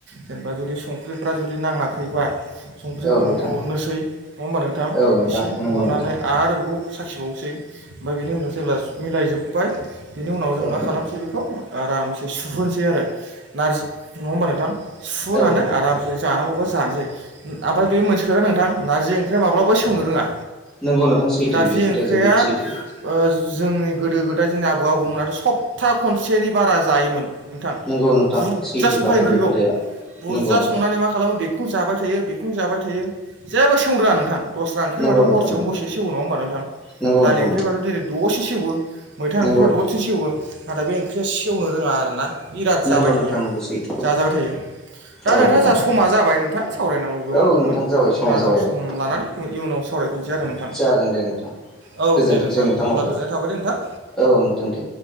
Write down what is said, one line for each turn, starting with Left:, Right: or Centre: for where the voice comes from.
Right: जेनेबा जुदि संख्रिफ्रा जुदि नाङाखैबा संख्रिफोरखौ
Centre: औ नोंथां
Right: हरनोसै नङा होमबा नोंथां
Centre: औ नोंथां
Right: एसे
Centre: नंगौ
Right: हरनानै
Centre: नोंथां
Right: आरो बेखौ साखिबावनोसै ओमफ्राय बिनि उनाव जेब्ला मिलाय जोब्बाय बिनि उनाव जों
Centre: औ
Right: मा
Centre: नोंथां
Right: खालामसै बेखौ आरो आरामसे सुहोनोसै आरो नारजि नङा होमबा नोंथां सुहोनानै
Centre: औ नोंथां
Right: आरामसे जानांगौबा जानोसै ओमफ्राय बे मोनसे खोथा नोंथां नारजि ओंख्रिया माब्लाबाबो सेवनो रोङा
Centre: नंगौ नोंथां सैथो
Right: नारजि
Centre: बेयो खोथाया
Right: ओंख्रिया
Centre: जोबोद सैथो
Right: ओ जोंनि गोदो गोदाय जोंनि आबौ आबौमोनाथ' सप्ता खनसेनि बारा जायोमोन नोंथां
Centre: नंगौ नोंथां
Right: बुरजा
Centre: सैथोखाथार
Right: संखायो ओंख्रिखौ
Centre: बे खोथाया
Right: बुरजा
Centre: नंगौ नोंथां
Right: संनानै मा खालामो बे बेखौनो जाबाय थायो बेखौनो जाबाय थायो जेबो सेवनो रोङा नोंथां दस्रा ओंख्रिबाथ'
Centre: नंगौ नोंथां
Right: हर दसेयाव
Centre: नंगौ
Right: सेवो नङा होनबा नोंथां?
Centre: नंगौ
Right: दालि
Centre: नोंथां
Right: ओंख्रिबाथ'
Centre: नंगौ
Right: जेरै दसेनो सेवो मैथा
Centre: नंगौ
Right: ओंख्रिबा
Centre: नोंथां
Right: दसेनो सेवो नाथाय बे ओंख्रिया सेवनो रोङा आरोना बिराद जाबाय
Centre: नंगौ
Right: थायो
Centre: नोंथां नंगौ सैथो
Right: जाजाबाय थायो दा
Centre: औ
Right: नोंथाङा
Centre: नोंथां
Right: जा समा जाबाय नोंथाङा सावरायनांगौ गोबां
Centre: औ
Right: दंमोन
Centre: नोंथां जाबाय समा
Right: दा
Centre: जाबाय
Right: जों सम
Centre: औ
Right: लानानै इयुनाव सावरायफिनसै आरो नोंथां
Centre: जागोन दे नोंथां
Right: औ
Centre: गोजोनथोंसै
Right: दे
Centre: नोंथां अब्ला
Right: गोजोननाय थाबाय दे नोंथां
Centre: औ नोंथां दे